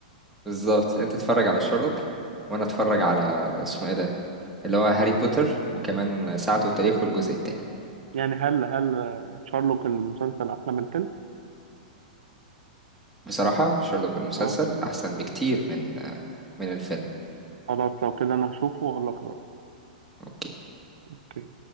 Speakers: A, in the centre; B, on the right.
A: بالظبط انت اتفرج على شارلوك وانا اتفرج على اسمه ايه ده اللي هو هاري بوتر وكمان ساعته وتاريخه الجزء الثاني
B: يعني هل هل شارلوك المسلسل أحلى من الفيلم؟
A: بصراحة شارلوك المسلسل
B: اه
A: احسن بكتير من آه، من الفيلم
B: خلاص لو كده انا هشوفه واقول لك رأيي
A: اوكي
B: اوكي